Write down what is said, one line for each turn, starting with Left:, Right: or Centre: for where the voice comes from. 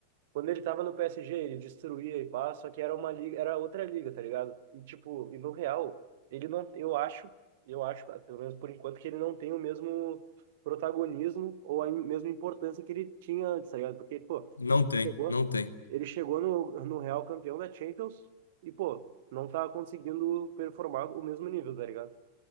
Right: quando ele tava no PSG, ele destruía e pá, só que era uma liga, era outra liga, tá ligado? E tipo, e no Real, ele não, eu acho, eu acho, pelo menos por enquanto, que ele não tem o mesmo protagonismo ou a im- mesma importância que ele tinha antes, tá ligado? Porque, pô,
Left: não
Right: ele
Left: tem,
Right: chegou,
Left: não tem.
Right: ele chegou no, no Real campeão da Champions e, pô, não tá conseguindo performar o mesmo nível, tá ligado?